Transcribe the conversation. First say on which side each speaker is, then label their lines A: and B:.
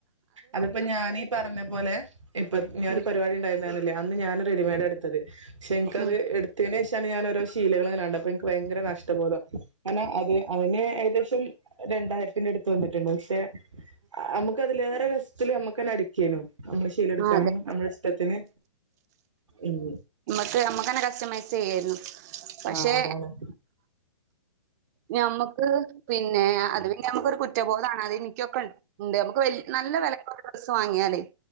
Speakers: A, on the right (about 85°); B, on the right (about 35°).
A: അതിപ്പോ ഞാനീ പറഞ്ഞ പോലെ ഇപ്പൊ ഞാനൊരു
B: ഉം
A: പരിപാടി ഉണ്ടായിരുന്നു പറഞ്ഞിലേ അന്ന് ഞാൻ റെഡിമെയ്ഡ എടു ത്തത് പക്ഷെ എനിക്കത്
B: ഉം
A: എടുത്തതിന് ശേഷാണ് ഞാൻഓരോ ശീലകള് ങ്ങനെ കണ്ടത്. അപ്പൊ എനിക്ക് ഭയങ്കര നഷ്ടപോധം കാരണം അത് അതിന് ഏകദേശം രണ്ടായിരത്തി വന്നിട്ടുണ്ട് പക്ഷെ നമുക്കതിലേറെ രസത്തില് നമുക്കന്നെ അടി ക്കേനു. ശീലെടുകാണെങ്കിൽ
B: ആ അതെ
A: നമ്മുടെ ഇഷ്ടത്തിന് ഉം
B: നമുക്ക് തന്നെ കസ്റ്റമൈസ് ചെയ്യായിരുന്നു പക്ഷേ.
A: ആഹ് അതാണ്
B: ഞമ്മക്ക് പിന്നെ അത് പിന്നെ നമുകൊരു കുറ്റബോധാണ് അതി ഇ കൊകെണ്ട് നമുക്ക് നല്ല വിലക്ക് ഡ്രസ്സ് വാങ്ങിയാലേ?